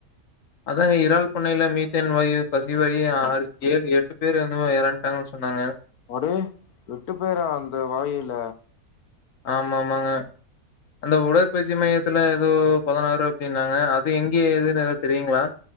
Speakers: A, on the left; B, on the left.
A: அதாங்க இறால் பண்ணையில மீத்தேன் வாயு கசிவாயி ஆறு ஏழு எட்டு பேர் வந்து எறட்டாங்கன்னு சொன்னாங்க
B: அட எட்டு பேரா அந்த வாயுல
A: ஆமா ஆமாங்க அந்த உடற்பயிற்சி மையத்துல ஏதோ பதினாறு அப்டின்னாங்க அது எங்க ஏதுன்னு எதா தெரியுங்களா